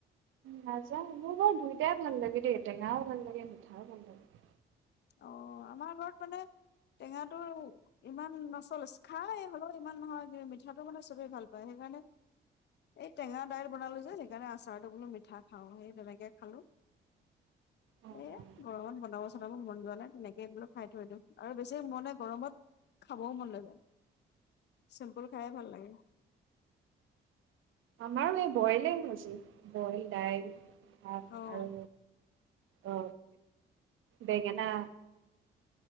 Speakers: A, on the right; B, on the left.
A: নাজানো মোৰ বাৰু দুইটাই ভাল লাগে দেই টেঙাও ভাল লাগে মিঠাও ভাল লাগে
B: অঁ আমাৰ ঘৰত মানে টেঙাটো ইমান নচলে খাই হ'লেও ইমান নহয় কিন্ত মিঠাটো মানে চবেই ভাল পায় সেইকাৰণে এই টেঙা দাইল বনালোঁ যে সেইকাৰণে আচাৰটো বোলো মিঠা খাওঁ সেই তেনেকৈ খালোঁ।
A: অ',
B: এ
A: অ',
B: গৰমত বনাব চনাব মন যোৱা নাই তেনেকে এই বোলো খাই থৈ দিওঁ আৰু বেছি মানে গৰমত খাবও মন নাযায়। চিম্পুল খায়ে ভাল লাগে।
A: আমাৰো এই বয়লে আজি বইল দাইল ভাত
B: অঁ
A: আৰু অ বেঙনা